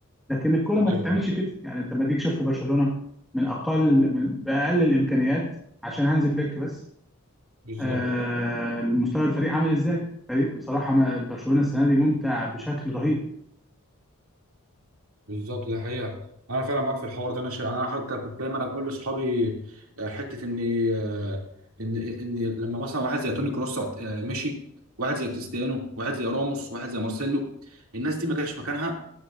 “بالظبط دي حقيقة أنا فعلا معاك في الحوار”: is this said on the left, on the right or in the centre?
Right